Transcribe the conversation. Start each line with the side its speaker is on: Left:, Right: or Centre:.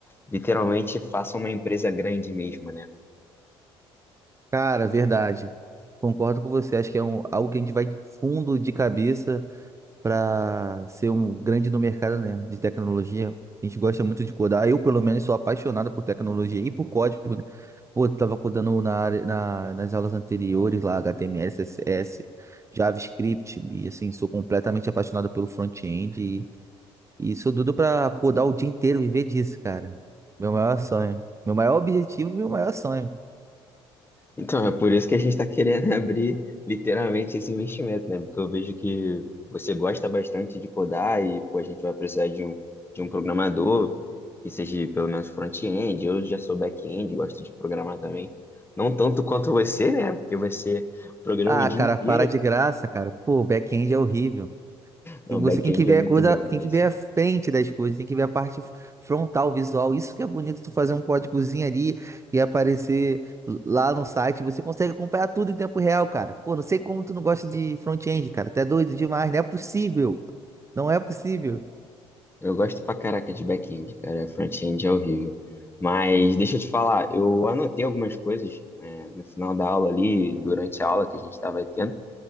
Left: literalmente faça uma empresa grande mesmo, né?
Right: Cara, verdade. Concordo com você. Acho que é um, algo que a gente vai fundo de cabeça. para ser um grande no mercado, né, de tecnologia. A gente gosta muito de codar. Eu, pelo menos, sou apaixonado por tecnologia e por código, né? Pô, eu tava codando na área, na, nas aulas anteriores lá, HTML, CSS, JavaScript, e assim, sou completamente apaixonado pelo front-end e, e sou doido para codar o dia inteiro, viver disso, cara. Meu maior sonho. Meu maior objetivo, meu maior sonho.
Left: Então, é por isso que a gente está querendo <laughs> abrir literalmente esse investimento, né? Porque eu vejo que você gosta bastante de codar e pô, a gente vai precisar de um, de um programador que seja pelo menos front-end. Eu já sou back-end, gosto de programar também. Não tanto quanto você, né? Porque você programa
Right: Ah,
Left: o dia
Right: cara,
Left: inteiro.
Right: para de graça, cara. Pô, o back-end é horrível.
Left: Não,
Right: E você
Left: back-end
Right: tem que ver
Left: é muito
Right: a coisa,
Left: bom,
Right: tem
Left: mas
Right: que ver a frente das coisas, tem que ver a parte frontal, visual. Isso que é bonito, tu fazer um códigozinho ali e aparecer lá no site. Você consegue acompanhar tudo em tempo real, cara. Pô, não sei como tu não gosta de front-end, cara. Tu é doido demais, não é possível. Não é possível.
Left: eu gosto pra caraca de back-end, cara. Front-end é horrível. Mas deixa eu te falar, eu anotei algumas coisas, né, no final da aula ali, durante a aula que a gente estava tendo.